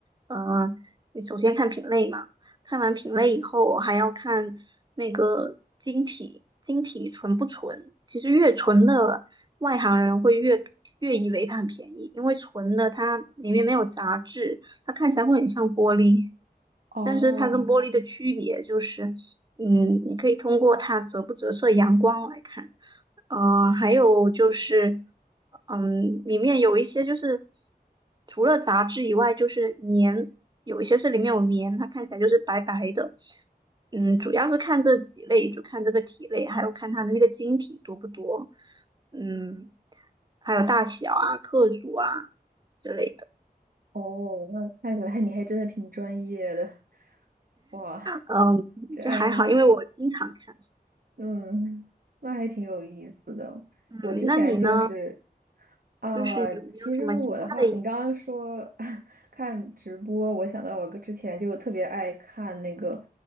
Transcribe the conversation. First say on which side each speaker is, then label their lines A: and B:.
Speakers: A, on the right; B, on the right.
A: 呃，你首先看品类嘛，看完品类以后，我还要看那个晶体，晶体纯不纯。其实越纯的，外行人会越越以为它很便宜，因为纯的它里面没有杂质，它看起来会很像玻璃，
B: 哦，
A: 但是它跟玻璃的区别就是，嗯，你可以通过它折不折射阳光来看。嗯、呃还有就是，嗯，里面有一些就是除了杂质以外，就是棉，有一些是里面有棉，它看起来就是白白的。嗯，主要是看这几类，就看这个体类，还有看它的那个晶体多不多，嗯，还有大小啊、克数啊之类的。
B: 哦，那看起来你还真的挺专业的，哇，
A: 嗯，
B: 这爱好，
A: 就还好，因为我经常看。
B: 嗯，那还挺有意思的。
A: 嗯，
B: 我之前就是，
A: 那你呢？
B: 啊、
A: 就是有没有什么其他的一些？
B: 其实我的话，你刚刚说 <laughs> 看直播，我想到我之前就特别爱看那个